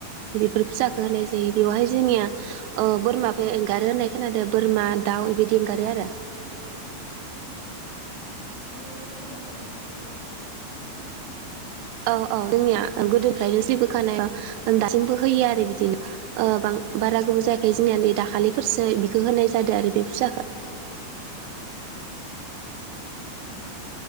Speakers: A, on the right (about 80°); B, on the right (about 55°).
A: बेफोर फुजाखौ
B: ओं
A: होनाय जायो बेवहाय जोंनिया बोरमाबो आरो खोनादों बोरमा दाउ बेबायदि एंगारो आरो
B: ए गोदोनिफ्रायनो सोलिबोनाय ना।
A: औ औ जोंनिया गोद ओमफ्रायनो जेबो खानाया ओम दास जोंबो होयो आरो बिदिनो।
B: उम
A: बारा गोबाव जायाखै। बेखाय जोंनिया नै दाखालिफोरसो बिखौ होनाय जादों आरो बे फुजाखो।
B: ओम ओम।